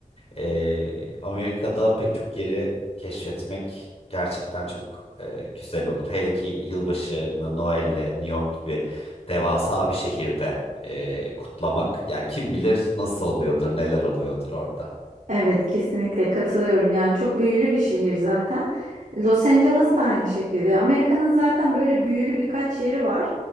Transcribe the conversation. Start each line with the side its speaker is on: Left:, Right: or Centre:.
Left: ee, Amerika'da pek çok yeri keşfetmek gerçekten çok ee, güzel olur. Hele ki yılbaşını Noel'le New York gibi devasa bir şehirde ee, kutlamak yani kim bilir nasıl oluyordur neler oluyordur orada.
Right: Evet, kesinlikle katılıyorum. Yani çok büyülü bir şehir zaten. Los Angeles da aynı şekilde. Amerika'nın zaten böyle büyülü birkaç yeri var.